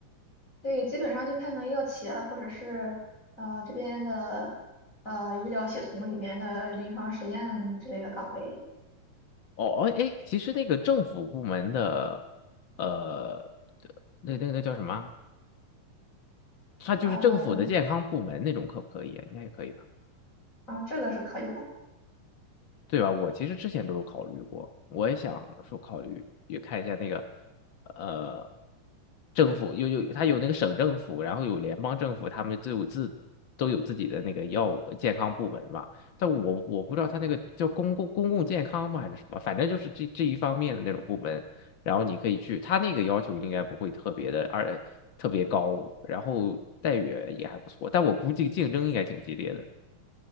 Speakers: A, on the left; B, on the left.
A: 对，基本上就看看药企啊，或者是呃这边的呃医疗系统里面的临床实验之类的岗位，
B: 哦哦，哎，其实那个政府部门的，呃，那那个那叫什么？它就是政府的健康部门那种，
A: 呃嗯，
B: 可不可以啊？应该也可以吧。
A: 啊这个是可以的，
B: 对吧？我其实之前都有考虑过，我也想说考虑也看一下那个，呃，政府有有它有那个省政府，然后有联邦政府，他们都有自都有自己的那个药物健康部门嘛。但我我不知道他那个叫公共公共健康吗还是什么，反正就是这这一方面的那种部门。然后你可以去，他那个要求应该不会特别的二特别高，然后待遇也还不错，但我估计竞争应该挺激烈的。